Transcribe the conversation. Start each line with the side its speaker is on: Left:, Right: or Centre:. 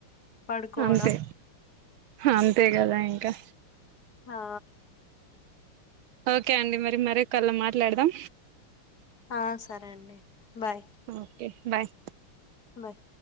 Left: పడుకోవడం
Right: అంతే హంతేగదా ఇంకా
Left: హా
Right: ఓకే అండి మరి మరి కాల్లో మాట్లాడదాం
Left: ఆ సరే అండి బాయ్
Right: ఓకే బాయ్
Left: బాయ్